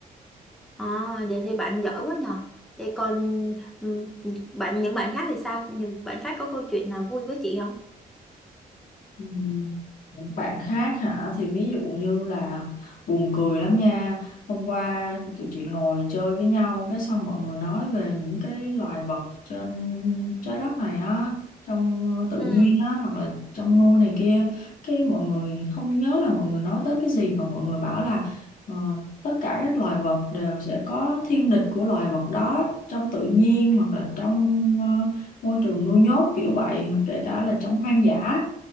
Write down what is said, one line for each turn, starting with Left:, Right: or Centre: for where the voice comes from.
Centre: ờ, vậy thì bạn giỏi quá nhờ vậy còn ừ, bạn những bạn khác thì sao những bạn khác có câu chuyện nào vui với chị không
Left: Ừ. Những bạn khác hả thì ví dụ như là buồn cười lắm nha hôm qua tụi chị ngồi chơi với nhau cái xong mọi người nói về những cái loài vật trên trái đất này á trong tự
Centre: ừ,
Left: nhiên á hoặc là trong nuôi này kia cái mọi người không nhớ là mọi người nói tới cái gì mà mọi người bảo là ờ, tất cả các loài vật đều sẽ có thiên địch của loài vật đó trong tự nhiên hoặc là trong ờ, môi trường nuôi nhốt kiểu vậy hoặc kể cả là trong hoang dã